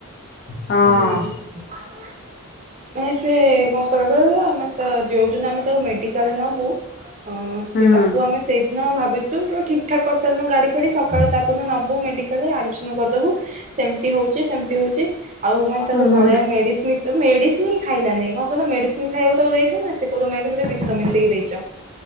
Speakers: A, on the left (about 40°); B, on the right (about 30°).
A: ହଁ
B: ହୁଁ <unintelligible> ମାନେ ସେ କଣ କଲା କହିଲ ମାନେ ତା ଯଉଦିନ ଆମେ ତାକୁ ମେଡିକାଲ ନବୁ ହଁ ସେ
A: ହୁଁ।
B: ତାକୁ ଆମେ ସେଇଦିନ ଭାବିଥିଲୁ ସବୁ ଠିକ୍ ଠିକ୍ ଠାକ କରିସାରିଲୁଣି ଗାଡି ଫାଡି ସକାଳୁ ତାପରଦିନ ନବୁ ମେଡିକ ଆଡ଼ମିଶନ କରିଦବୁ ସେମିତି ହଉଛି ସେମିତି ହଉଛି ଆଉ ମାନେ ତାକୁ
A: ହୁଁ
B: ଘରେ ଆଉ ମେଡିସିନ ମେଡିସିନ ନି ଖାଇଲା ନାଇ କଣ କହିଲ ମେଡିସିନ ଖାଇବାକୁ ତାକୁ ଦେଇଥିବୁ ନା ସେ କହିବ ତମେ ଏଥିରେ ମତେ ବିଷ ମିଶେଇକି ଦେଇଚ।